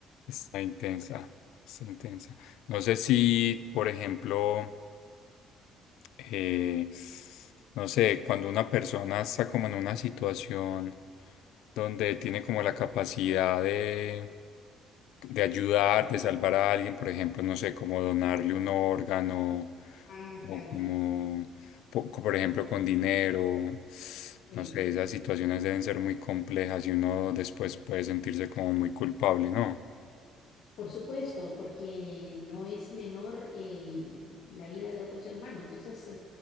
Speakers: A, on the left; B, on the left.
A: Está intensa, está intensa. No sé si, por ejemplo... eh, no sé, cuando una persona está como en una situación donde tiene como la capacidad de, de ayudar, de salvar a alguien, por ejemplo, no sé, como donarle un órgano
B: Ah,
A: o
B: claro.
A: como, po- co- por ejemplo, con dinero.
B: Sí.
A: No sé, esas situaciones deben ser muy complejas y uno después puede sentirse como muy culpable, ¿no?
B: Por supuesto, porque no es menor eh, la vida de otro ser humano. Entonces, eh,